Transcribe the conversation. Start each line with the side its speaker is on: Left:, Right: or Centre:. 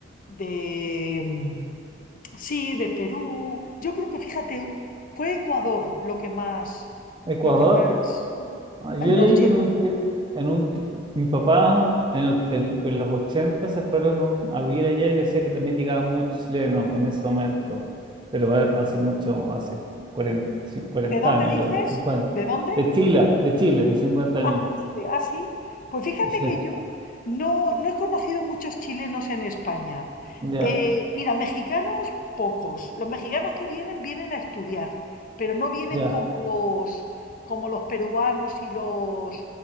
Left: de, mm, sí, de Perú. Yo creo que, fíjate, fue Ecuador lo que más,
Right: Ecuador,
Left: lo que más
Right: Ah, Yo
Left: nos
Right: leí
Left: llegó.
Right: que en un, tie- en un ti- mi papá en, o- en- en los 80 se fueron un- a vivir allá y decía que también llegaban muchos chilenos en ese momento, pero ha- hace mucho, hace 40, sí, 40
Left: ¿De dónde
Right: años
Left: dices?
Right: ya, cincuenta.
Left: ¿De dónde?
Right: De Chile, de Chile, de 50 años.
Left: Ah, de Chile, ah, sí. Pues fíjate
Right: Sí,
Left: que yo no, no he conocido muchos chilenos en España.
Right: ya,
Left: Eh, mira, mexicanos, pocos. Los mexicanos que vienen, vienen a estudiar, pero no vienen
Right: ya,
Left: como los, como los peruanos y los,